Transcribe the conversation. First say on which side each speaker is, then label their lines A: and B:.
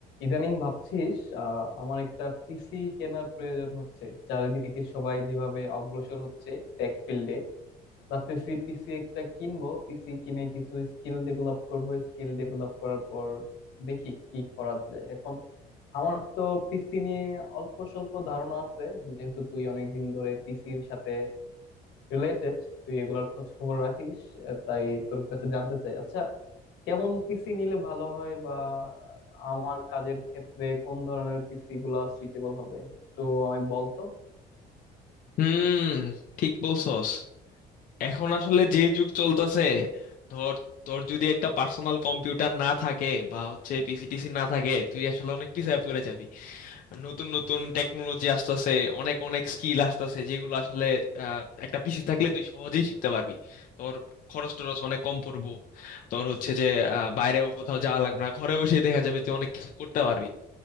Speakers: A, on the left; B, on the left.
A: ইদানিং ভাবছিস আহ, আমার একটা পিসি কেনার প্রয়োজন হচ্ছে চারিদিকে সবাই যেভাবে অগ্রসর হচ্ছে টেক ফিল্ডে ভাবতেছি পিসি একটা কিনবো পিসি কিনে কিছু স্কিল ডেভেলপ করব স্কিল ডেভেলপ করার পর দেখি কি করা যায় এখন আমার তো পিসি নিয়ে অল্প স্বল্প ধারণা আছে যেহেতু তুই অনেকদিন ধরে পিসির সাথে রিলেটেড তুই এগুলার খোঁজ খবর রাখিস আহ, তাই তোর কাছে জানতে চাই আচ্ছা কেমন পিসি নিলে ভালো হয় বা আমার কাজের ক্ষেত্রে কোন ধরনের পিসি গুলা সুইটেবল হবে একটু আমায় বলতো
B: হুম ঠিক বলছস এখন আসলে যে যুগ চলতেছে ধর তোর যদি একটা পার্সোনাল কম্পিউটার না থাকে বা হচ্ছে পিসিটিসি না থাকে তুই আসলে অনেক পিছায় পড়ে যাবি আর নতুন নতুন টেকনোলজি আসতেছে অনেক অনেক স্কিল আসতেছে যেগুলো আসলে আহ, একটা পিসি থাকলে তুই সহজেই শিখতে পারবি তোর খরচ টরচ অনেক কম পড়বো তোর হচ্ছে যে আহ, বাইরেও কোথাও যাওয়া লাগবে না ঘরে বসেই দেখা যাবে তুই অনেক কিছু করতে পারবি